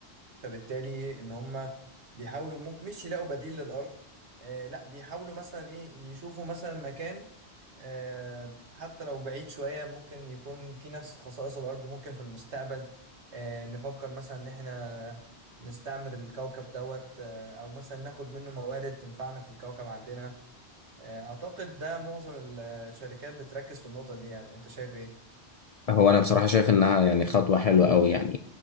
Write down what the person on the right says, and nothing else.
فبالتالي ان هم بيحاولوا مم- مش يلاقوا بديل للارض آه لا بيحاولوا مثلا ايه يشوفوا مثلا مكان آه حتى لو بعيد شوية ممكن يكون في نفس خصائص الارض ممكن في المستقبل آه نفكر مثلا ان احنا نستعمر الكوكب دوت آه او مثلا ناخد منه موارد تنفعنا في الكوكب عندنا آه اعتقد ده معظم الشركات بتركز في النقطة دي يعني انت شايف ايه؟